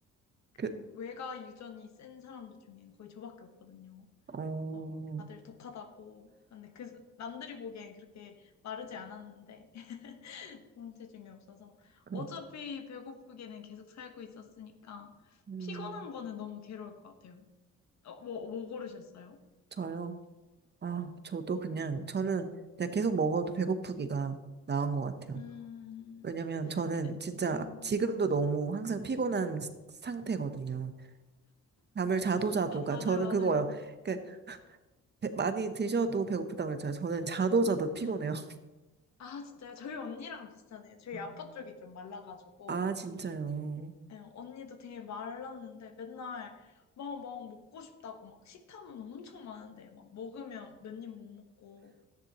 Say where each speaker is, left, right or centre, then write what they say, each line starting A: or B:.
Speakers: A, on the left (about 65°); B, on the right (about 35°).
A: 그
B: 그,
A: 외가 유전이 센 사람들 중엔 거의 저밖에 없거든요.
B: 어,
A: 그래서 막 다들 독하다고. 근데 그, 남들이 보기엔 그렇게 마르지 않았는데, 공체중이 없어서
B: 그렇,
A: 어차피 배고프게는 계속 살고 있었으니까
B: 음,
A: 피곤한 거는 너무 괴로울 것 같아요. 어, 뭐, 뭐 고르셨어요?
B: 저요. 아, 저도 그냥 저는 그냥 계속 먹어도 배고프기가 나은 것 같아요.
A: 음,
B: 왜냐면 저는
A: 에,
B: 진짜
A: 음,
B: 지금도 너무 항상 피곤한 스- 상태거든요. 잠을 자도 자도가
A: 맞아요,
B: 저는
A: 맞아요.
B: 그거예요. 그러니까 배- 많이 드셔도 배고프다고 그랬잖아요. 저는 자도 자도 피곤해요.
A: 네.
B: 음.
A: 아, 진짜요? 저희 언니랑 비슷하네요. 저희
B: <laughs>
A: 아빠 쪽이 좀 말라가지고,
B: 아, 진짜요?
A: 예, 언니도 되게 말랐는데 맨날 막, 막 먹고 싶다고 막 식탐은 엄청 많은데 막 먹으면 몇 입 못 먹고,